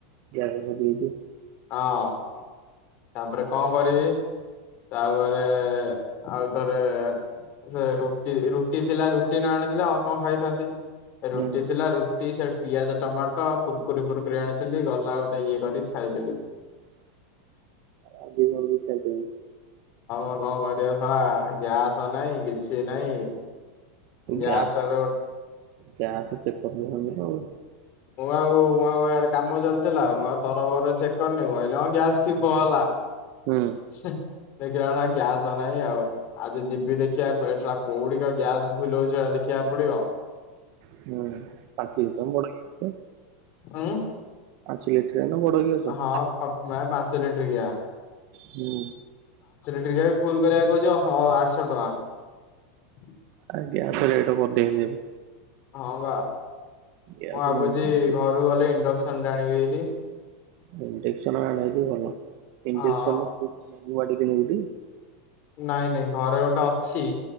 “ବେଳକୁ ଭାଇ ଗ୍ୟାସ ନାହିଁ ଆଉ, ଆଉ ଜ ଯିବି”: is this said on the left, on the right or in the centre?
Left